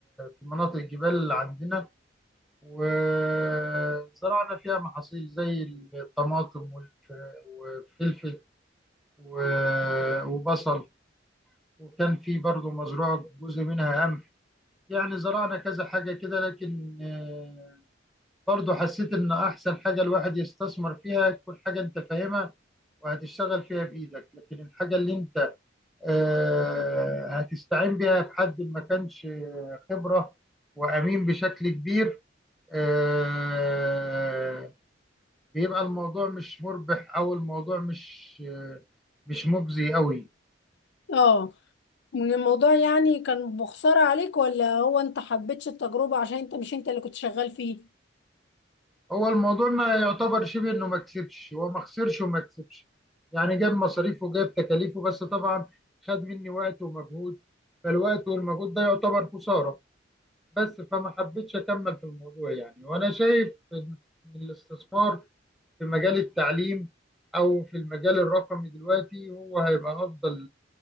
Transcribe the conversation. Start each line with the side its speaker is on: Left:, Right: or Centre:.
Centre: في مناطق الجبال اللي عندنا وزرعنا فيها محاصيل زي الطماطم والف- والفلفل و- وبصل وكان في برضو مزروع جزء منها قمح يعني زرعنا كذا حاجه كده لكن آه، برضو حسيت ان احسن حاجه الواحد يستثمر فيها تكون حاجه انت فاهمها وهتشتغل فيها بايدك لكن الحاجه اللي انت آه، هتستعين بيها بحد ما كانش خبرة وأمين بشكل كبير آه، بيبقى الموضوع مش مربح أو الموضوع مش آه، مش مجزي قوي
Left: اه من الموضوع يعني كان بخسارة عليك ولا هو انت حبيتش التجربة عشان انت مش انت اللي كنت شغال فيه
Centre: هو الموضوع ما يعتبر شبه إنه ما كسبش هو ما خسرش وما كسبش يعني جاب مصاريفه وجاب تكاليفه بس طبعا خد مني وقت ومجهود فالوقت والمجهود ده يعتبر خسارة بس فما حبيتش أكمل في الموضوع يعني وأنا شايف إن الاستثمار في مجال التعليم او في المجال الرقمي دلوقتي هو هيبقى افضل